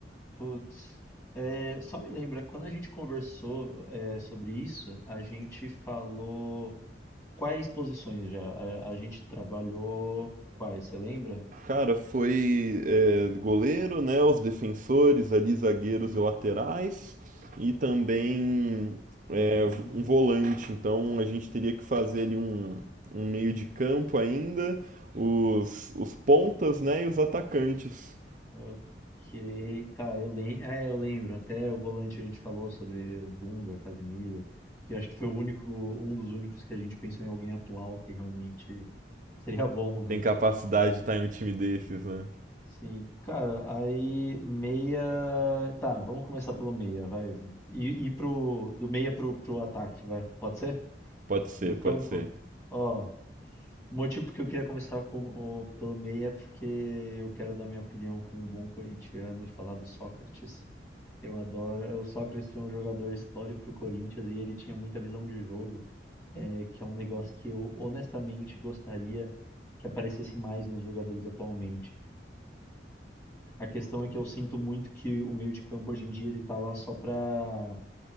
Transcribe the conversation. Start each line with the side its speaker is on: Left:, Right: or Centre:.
Left: Putz, é, só me lembra, quando a gente conversou é, sobre isso, a gente falou quais posições já? A, a gente trabalhou quais, você lembra?
Right: Cara, foi é, goleiro, né? Os defensores ali, zagueiros e laterais, e também
Left: Sim.
Right: é, um volante. Então a gente teria que fazer ali um, um meio de campo ainda, os, os pontas, né? E os atacantes.
Left: Ok, tá, eu lembro. É, eu lembro. Até o volante a gente falou sobre o Dunga, Casemiro, que eu acho que foi o único, um dos únicos que a gente pensou em alguém atual que realmente seria bom, né?
Right: Tem capacidade de estar em um time desses, né?
Left: Sim, cara, aí meia. Tá, vamos começar pelo meia, vai. E, e pro. Do meia pro, pro ataque, vai. Pode ser?
Right: Pode ser,
Left: Do campo?
Right: pode ser.
Left: Ó, o motivo porque eu queria começar com, o- pelo meia é porque eu quero dar minha opinião como um bom corintiano e falar do Sócrates. Eu adoro. O Sócrates foi um jogador histórico pro Corinthians e ele tinha muita visão de jogo, é, que é um negócio que eu honestamente gostaria que aparecesse mais nos jogadores atualmente. A questão é que eu sinto muito que o meio de campo hoje em dia ele tá lá só pra,